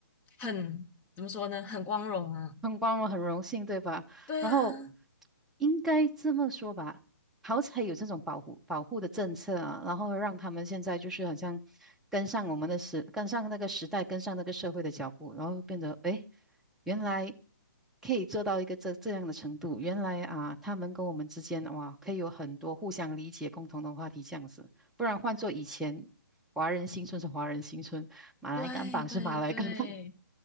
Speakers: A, on the left; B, in the centre.
A: 很怎么说呢，很光荣啊，
B: 很光荣，很荣幸，对吧？
A: 对啊。
B: 然后应该这么说吧，好彩有这种保护保护的政策啊，然后让他们现在就是好像跟上我们的时，跟上那个时代，跟上那个社会的脚步，然后变得诶，原来可以做到一个这这样的程度，原来啊，他们跟我们之间哇，可以有很多互相理解、共同的话题这样子，不然换做以前，华人新村是华人新村，马来甘榜是马来甘榜，
A: 对对对，